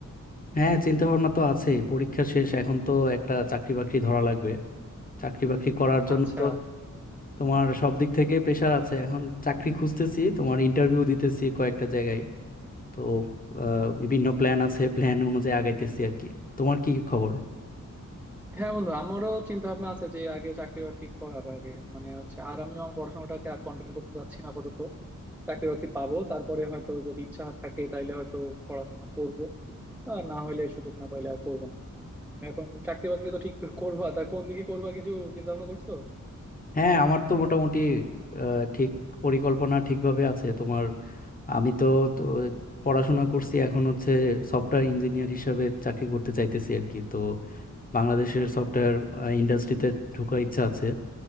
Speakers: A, on the left; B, in the centre.
A: হ্যাঁ চিন্তা ভাবনা তো আছে পরীক্ষা শেষ এখন তো একটা চাকরি বাকরি ধরা লাগবে চাকরি বাকরি করার জন্য
B: আচ্ছা
A: তো তোমার সব দিক থেকে প্রেশার আছে এখন চাকরি খুঁজতেছি তোমার ইন্টারভিউ দিতেছি কয়েকটা জায়গায় তো আহ, বিভিন্ন প্ল্যান আছে প্ল্যান অনুযায়ী আগাইতেছি আর কি তোমার কি খবর
B: হ্যাঁ বন্ধু আমারও চিন্তা ভাবনা আছে যে আগে চাকরি বাকরি করার আগে মানে হচ্ছে আর আমিও আমার পড়াশোনাটাকে আর কন্টিনিউ করতে চাচ্ছি না আপাতত চাকরি বাকরি পাবো তারপরে হয়তো যদি ইচ্ছা থাকে তাইলে হয়তো পড়াশোনা করব আর না হলে সুযোগ না পাইলে আর করবো না এখন চাকরি বাকরি তো ঠিক করবা তা কোন দিকে করবা কিছু চিন্তা ভাবনা করছো
A: হ্যাঁ আমার তো মোটামুটি আহ, ঠিক পরিকল্পনা ঠিকভাবে আছে তোমার আমি তো তো পড়াশোনা করছি এখন হচ্ছে সফটওয়্যার ইঞ্জিনিয়ার হিসাবে চাকরি করতে চাইতেছি আর কি তো বাংলাদেশের সফটওয়্যার ইন্ডাস্ট্রিতে ঢোকার ইচ্ছা আছে